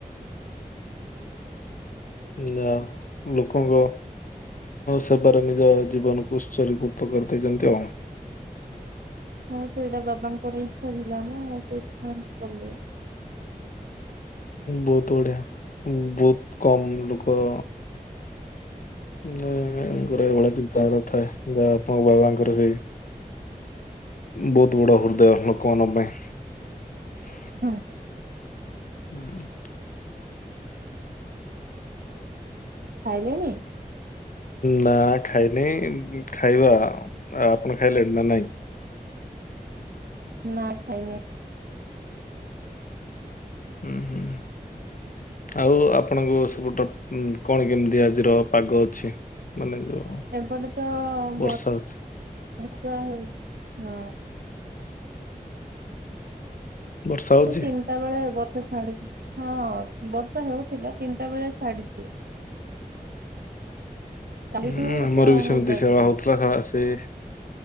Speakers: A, on the right (about 90°); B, on the left (about 60°).
A: <inaudible>
B: ନା ଲୋକଙ୍କ ସେବାରେ ନିଜ ଜୀବନକୁ ଉତ୍ସରୀ କର ତ କରି ଦେଇଛନ୍ତି ଆଉ।
A: ହଁ ସେଇଟା ବାବାଙ୍କର ଇଚ୍ଛା ଥିଲା ନା ସେ କରିଦେଲେ।
B: ବହୁତ ବଢିଆ ବହୁତ କମ୍ ଲୋକ ନଙ୍କର ଏଇଭଳିଆ ଚିନ୍ତାର ଥାଏ ଯ ଆପଣଙ୍କ ବାବାଙ୍କର ସେଇ ବହୁତ ବଡ ହୃଦୟ ଲୋକମାନଙ୍କ ପାଇଁ।
A: ହୁଁ।
B: ହୁଁ।
A: ଖାଇଲେଣି
B: ନା ଖାଇନି ଖାଇବା ଆପଣ ଖାଇଲେଣି ନା ନାଇଁ?
A: ନା ଖାଇ ନାଇ।
B: ହୁଁ ହୁଁ। ଆଉ ଆପଣଙ୍କୁ ସେପଟ କଣ କେମିତି ଆଜିର ପାଗ ଅଛି ମାନେ ଯୋଉ
A: ଏପଟେ ତ
B: ବର୍ଷା
A: ବ
B: ହଉଛି
A: ବର୍ଷା ହଉଥିଲା।
B: ବର୍ଷା ହଉଛି?
A: ସେ ତିନିଟା ବେଳେ ବ ହଁ ବର୍ଷା ହେଉଥିଲା ତିନିଟା ବେଳେ ଛାଡିଛି <inaudible> କାଲିଠୁ
B: ହୁଁ
A: ହିଁ ବର୍ଷା
B: ଆମର ବି
A: ହେଉଥିଲା
B: ସେମିତି ସେବା
A: ଏପଟେ
B: ହଉଥିଲା ସେଇ